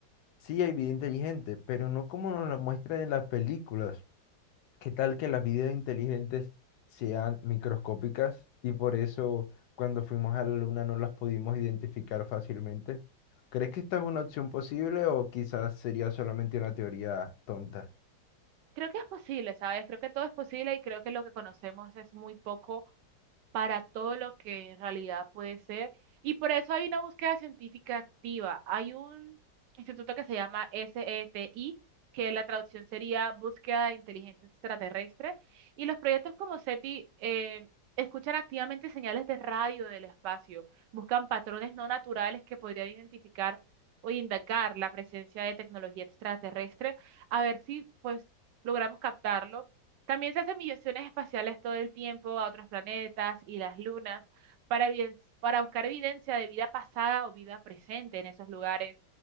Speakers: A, on the left; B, on the right.
A: sí hay vida inteligente, pero no como nos la muestran en las películas. ¿Qué tal que las vidas inteligentes sean microscópicas y por eso cuando fuimos a la luna no las pudimos identificar fácilmente? ¿Crees que esta es una opción posible o quizás sería solamente una teoría tonta?
B: Creo que es posible, ¿sabes? Creo que todo es posible y creo que lo que conocemos es muy poco para todo lo que en realidad puede ser. Y por eso hay una búsqueda científica activa. Hay un instituto que se llama SETI, que la traducción sería Búsqueda Inteligente Extraterrestre. Y los proyectos como SETI eh, escuchan activamente señales de radio del espacio, buscan patrones no naturales que podrían identificar o indicar la presencia de tecnología extraterrestre a ver si pues logramos captarlo. También se hacen misiones espaciales todo el tiempo a otros planetas y las lunas para, eviden- para buscar evidencia de vida pasada o vida presente en esos lugares.